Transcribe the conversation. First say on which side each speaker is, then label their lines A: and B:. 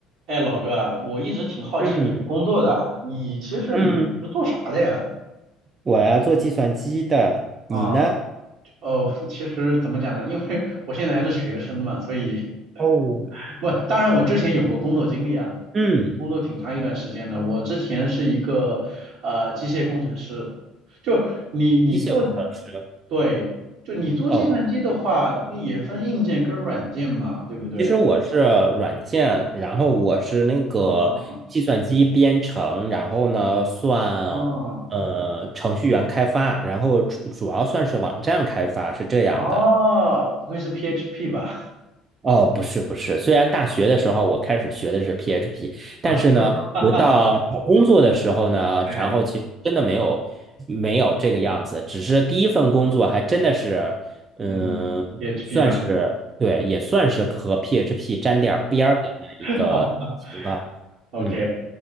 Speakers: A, on the right (about 75°); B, on the right (about 30°).
A: 哎，老哥，我一直挺好奇你的工作的，
B: 嗯
A: 你其实你是做啥的呀？
B: 嗯，我呀做计算机的，
A: 啊，
B: 你呢？
A: 哦，<laughs> 其实怎么讲呢？因为我现在还是学生嘛，所以
B: 哦，
A: 不，当然我之前有过工作经历啊，
B: 嗯，
A: 工作挺长一段时间的。我之前是一个呃机械工程师，就你你做，
B: 机械工程师。
A: 对，就你做计算机的话，
B: 哦，
A: 那也分硬件跟软件嘛，对不对？
B: 其实我是软件，然后我是那个计算机编程，
A: 哦
B: 然后呢算呃程序员开发，
A: 哦
B: 然后主主要算是网站开发，是这样的。
A: 哦，不会是 PHP 吧？
B: 哦，不是不是，虽然大学的时候我开始学的是 PHP，但是呢，
A: <laughs> 哈哈，
B: 轮到找工作的时候呢，
A: 哎。
B: 然后其实真的没有没有这个样子，只是第一份工作还真的是，嗯，
A: 嗯，PHP
B: 算是对，
A: 吗？
B: 也算是和 PHP 沾点儿边儿的那一个情况。
A: <laughs> 好吧，OK
B: 嗯，